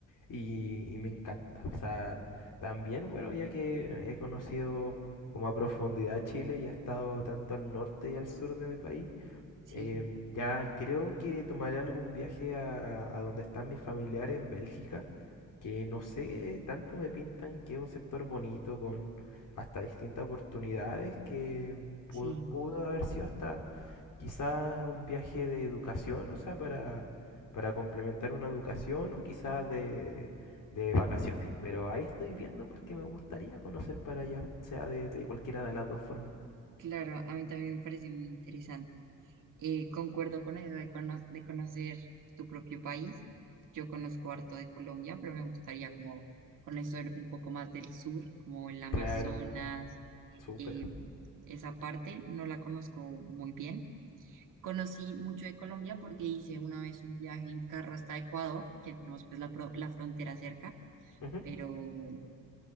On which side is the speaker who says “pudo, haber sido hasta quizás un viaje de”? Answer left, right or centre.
Left